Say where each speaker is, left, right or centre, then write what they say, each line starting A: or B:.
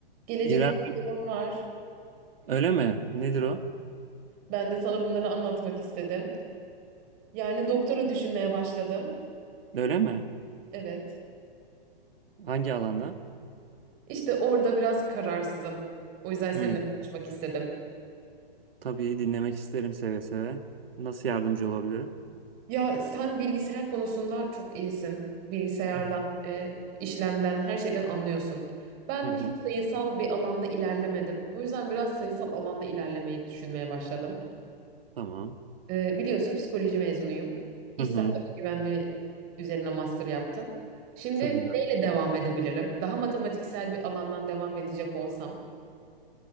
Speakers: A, on the right; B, on the right.
A: Gelecek
B: İrem
A: planlarım var.
B: öyle mi? Nedir o?
A: Ben de sana bunları anlatmak istedim. Yani doktora düşünmeye başladım.
B: Öyle mi?
A: Evet.
B: Hangi alanda?
A: İşte orada biraz kararsızım. O yüzden seninle
B: Hmm,
A: konuşmak istedim.
B: Tabii dinlemek isterim seve seve. Nasıl yardımcı olabilirim?
A: Ya sen bilgisayar konusunda çok iyisin. Bilgisayardan,
B: Hı hı.
A: e, işlemden, her şeyden anlıyorsun. Ben
B: Hı hı,
A: hiç sayısal bir alanda ilerlemedim. Bu yüzden biraz sayısal alanda ilerlemeyi düşünmeye başladım.
B: Tamam.
A: Ee, biliyorsun psikoloji mezunuyum. İş
B: Hı hı.
A: sağlığı güvenliği üzerine master yaptım. Şimdi
B: Çok güzel.
A: neyle devam edebilirim? Daha matematiksel bir alandan devam edecek olsam.